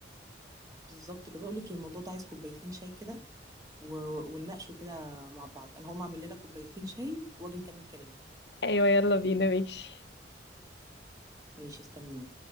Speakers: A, on the right; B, on the left.
A: بالظبط كده بقول لك إيه، الموضوع ده عايز كوبايتين شاي كده و... ونناقشه كده مع بعض انا هقوم اعمل لنا كوبايتين شاي واجي نكمل كلامي
B: ايوه يلا بينا ماشي
A: ماشي استنيني